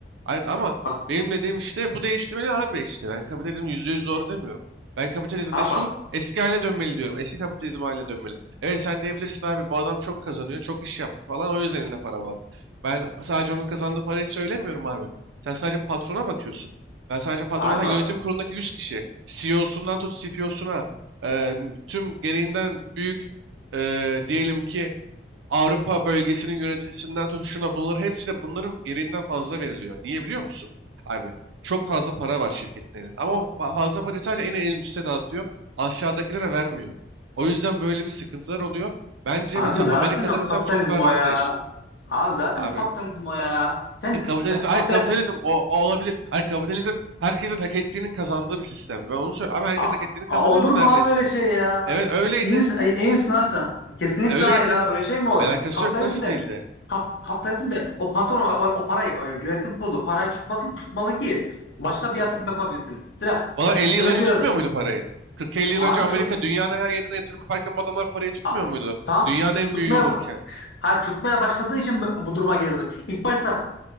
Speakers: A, on the right; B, on the left.
A: Evet ama
B: Bak,
A: benim dediğim işte bu değiştirmeli abi işte. Ben kapitalizm %100 doğru demiyorum. Ben kapitalizmde
B: ha
A: şu
B: bak.
A: eski haline dönmeli diyorum. Eski kapitalizm haline dönmeli. Evet sen diyebilirsin abi bu adam çok kazanıyor, çok iş yaptı falan o yüzden elinde para var. Ben sadece onun kazandığı parayı söylemiyorum abi. Sen sadece patrona bakıyorsun. Ben sadece patrona,
B: Abi
A: ha,
B: bak.
A: yönetim kurulundaki 100 kişi, CEO'sundan tut CFO'suna, e, tüm gereğinden büyük e, diyelim ki Avrupa bölgesinin yöneticisinden tut şuna bunların hepsi de bunların gereğinden fazla veriliyor. Niye biliyor musun? Abi çok fazla para var şirketin elinde ama o fa- fazla parayı sadece en en üste dağıtıyor. Aşağıdakilere vermiyor. O yüzden böyle bir sıkıntılar oluyor. Bence
B: Abi
A: mesela
B: zaten
A: Amerika'da
B: kapitalizm
A: mesela bu çok daha
B: o
A: rahat
B: ya.
A: değişir.
B: Abi zaten
A: Abi
B: kapitalizm o ya. Sen
A: e, kapitalizm,
B: e,
A: ay
B: kapital
A: kapitalizm o, o olabilir. Ay kapitalizm herkesin hak ettiğinin kazandığı bir sistemdi. Ben onu söylüyorum. Abi herkes
B: A-
A: hak ettiğini kazanıyordu
B: a- olur mu
A: neredeyse.
B: abi böyle şey ya?
A: Evet öyleydi.
B: İyi misin, iyi iyi misin abi sen? Kesinlikle
A: Öyleydi.
B: hayır abi. Böyle şey mi olur?
A: Alakası
B: Kapitalizm
A: yok. Nasıl
B: de
A: değildi?
B: kap, kapitalizm de o patron o, o parayı o yönetim kurulu parayı tutması tutmalı ki başka bir yatırım yapabilsin. Mesela
A: Valla
B: e,
A: 50 yıl
B: örnek
A: önce
B: veriyorum
A: tutmuyor muydu parayı? 40-50 yıl
B: abi
A: önce Amerika
B: tu-
A: dünyanın her yerine yatırım yaparken bu adamlar parayı tutmuyor
B: A-
A: muydu?
B: Tamam
A: Dünyanın
B: tut-
A: en
B: tutmaya
A: büyüğü olurken.
B: ba- hayır tutmaya başladığı için bu bu duruma geliyor zaten. İlk başta